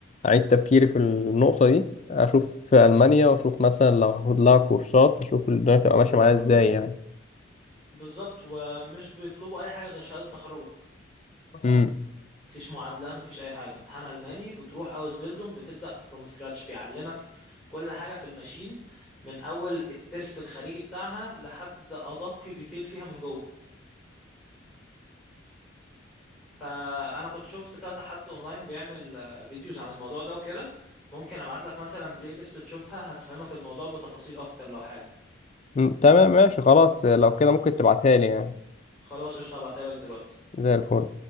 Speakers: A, on the left; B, in the centre.
A: أعيد تفكيري في النقطة دي أشوف في ألمانيا وأشوف مثلا لو هاخد لها كورسات أشوف الدنيا تبقى ماشية معايا إزاي يعني
B: بالظبط ومش بيطلبوا اي حاجه غير شهاده تخرجك
A: امم
B: مفيش معادله مفيش اي حاجه امتحان الماني بتروح اوس بيلدونج بتبدا فروم سكراتش بيعلمك كل حاجه في الماشين من اول الترس الخارجي بتاعها لحد ادق ديتيل فيها من جوه فانا كنت شفت كذا حد اونلاين بيعمل آه، فيديوز عن الموضوع ده وكده ممكن ابعت لك مثلا بلاي ليست تشوفها هتفهمك الموضوع بتفاصيل اكتر لو حابب
A: م، تمام ماشي خلاص لو كده ممكن تبعتها لي يعني
B: خلاص قشطة هبعتها لك دلوقتي
A: زي الفل